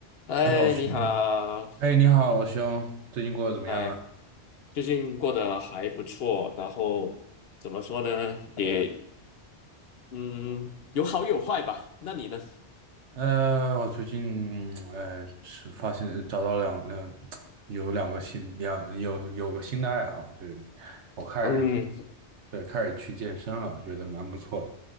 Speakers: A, on the left; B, on the right.
A: 哎，
B: 哎，老兄，
A: 你好，
B: 哎，你好，老兄，最近过得怎么样啊？
A: 哎，最近过得还不错，然后怎么说呢，也嗯，有好有坏吧。那你呢？
B: 呃，我最近，哎，是发现找到两两，有两个新两有有个新的爱好，就是我开始
A: 嗯，
B: 对开始去健身了，我觉得蛮不错的。